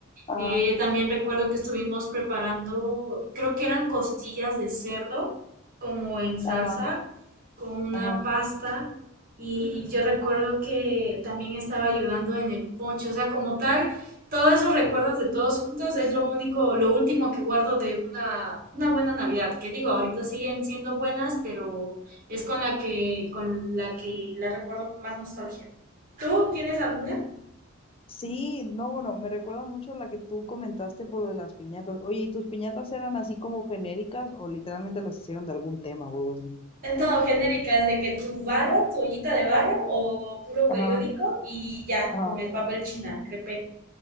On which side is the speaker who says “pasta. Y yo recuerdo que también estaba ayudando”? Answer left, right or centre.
Right